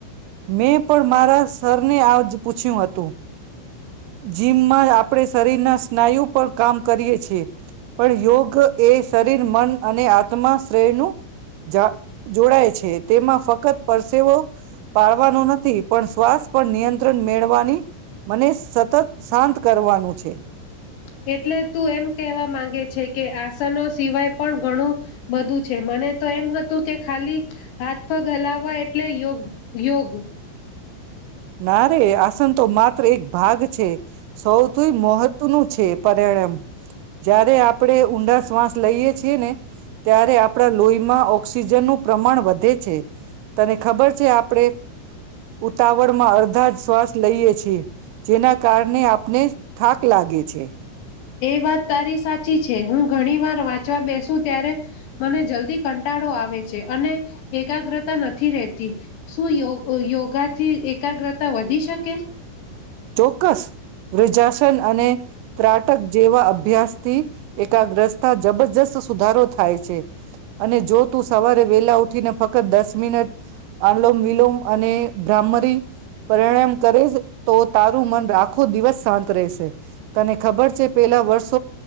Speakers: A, on the right; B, on the left.
A: મેં પણ મારા સર તને આજ પૂછ્યું હતું. જીમમાં આપણે શરીરના સ્નાયુ પર કામ કરીએ છીએ. પણ યોગ એ શરીર મન અને આત્મા શ્રેયનું જ જોડાય છે તેમાં ફક્ત પરસેવો પાળવાનું નથી પણ શ્વાસ પણ નિયંત્રણ મેળવાની મને સતત શાંત કરવાનું છે.
B: એટલે તું એમ કહેવા માંગે છે કે આસનો સિવાય પણ ઘણું બધું છે મને તો એમ હતું કે ખાલી હાથ ઘલાવવા એટલે યોગ યોગ
A: ના રે આસન તો માત્ર એક ભાગ છે સૌથી મહત્વનું છે. <unintelligible> જયારે આપડે ઊંડા શ્વાસ લઈ છી ને ત્યારે આપણા લોહી માં ઓક્સિજનનું પ્રમાણ વધે છે. તને ખબર છે આપડે ઉતા વળ માં અડધા જ શ્વાસ લઈએ છેએ જેના કારણે આપને થાક લાગે છે.
B: એ વાત તારી સા ચી છે હું ઘણી વાર વાંચવા બેસુ ત્યારે મને જલ્દી કંટાળો આવે છે અને એકાગ્રતા નથી રહેતી. શું યો યોગાથી એકાગ્રતા વધી શકે?
A: ચોક્કસ વૃજાસન અને ત્રાટક જેવા અભ્યાસ થી એકાગ્રસ્તા જબરજસ્ત સુધારો થાય છે અને જો તું સવારે વેલા ઉઠીને ફક્ત દસ મિનટ આલોમ વિલોમ અને બ્રાહ્મરી પ્રણાયામ કરે તો તારું મન આખો દિવસ શાંત રહેશે. તને ખબર છે પેલા વર્ષ